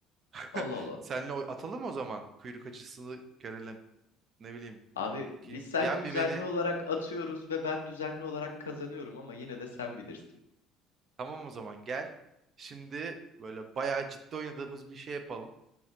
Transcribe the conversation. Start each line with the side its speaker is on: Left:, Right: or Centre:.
Right: <laughs>
Left: Allah Allah.
Right: Senle o- atalım o zaman kuyruk acısını görelim. Ne bileyim.
Left: Abi
Right: Bakayım.
Left: biz seninle
Right: Yen
Left: düzenli
Right: bir beni.
Left: olarak atıyoruz ve ben düzenli olarak kazanıyorum ama yine de sen bilirsin.
Right: Tamam o zaman gel. Şimdi böyle bayağı ciddi oynadığımız bir şey yapalım.